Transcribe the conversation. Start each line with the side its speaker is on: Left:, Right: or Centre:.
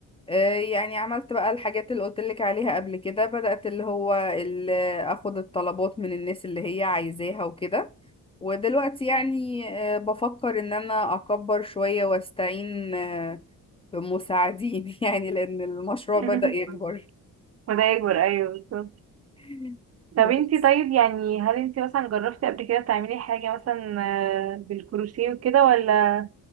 Left: آه، يعني عملت بقى الحاجات اللي قلتلك عليها قبل كده بدأت اللي هو ال- أخد الطلبات من الناس اللي هي عايزاها وكده ودلوقتي يعني آه، بفكر إن أنا أكبر شوية وأستعين آه، بمساعدين <laughs> يعني لأن المشروع
Right: <laughs>
Left: بدأ يكبر
Right: وده يكبر ايوه بالظبط
Left: <laughs>
Right: طب
Left: بس
Right: انتي طيب يعني هل انتي مثلا جربتي قبل كده تعملي حاجة مثلا آه، بالكروشيه وكده ولا